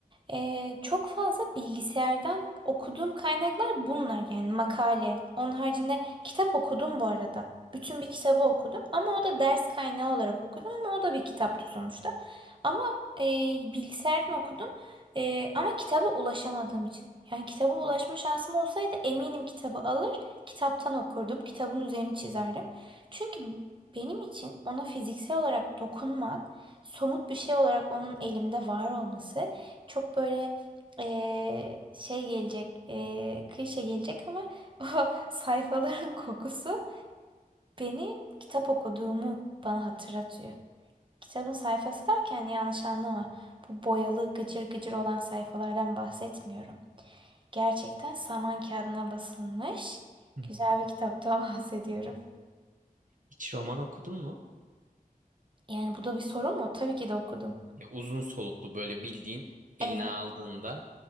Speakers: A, on the right; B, on the right.
A: Ee, çok fazla bilgisayardan okuduğum kaynaklar bunlar yani makale. Onun haricinde kitap okudum bu arada. Bütün bir kitabı okudum ama o da ders kaynağı olarak okudum ama o da bir kitaptı sonuçta. Ama e, bilgisayardan okudum E, ama kitaba ulaşamadığım için. Yani kitaba ulaşma şansım olsaydı eminim kitabı alır, kitaptan okurdum, kitabın üzerini çizerdim. Çünkü benim için ona fiziksel olarak dokunmak, somut bir şey olarak onun elimde var olması çok böyle eee, şey gelecek, eee klişe gelecek ama <laughs> o sayfaların kokusu benim kitap okuduğumu bana hatırlatıyor. Kitabın sayfası derken yanlış anlama. Bu boyalı gıcır gıcır olan sayfalardan bahsetmiyorum. Gerçekten saman kağıdına basılmış
B: Hı. hı.
A: güzel bir kitaptan <laughs> bahsediyorum.
B: Hiç roman okudun mu?
A: Yani bu da bir sorun mu? Tabii ki de okudum.
B: Ya, uzun soluklu böyle bildiğin
A: Evet,
B: eline aldığında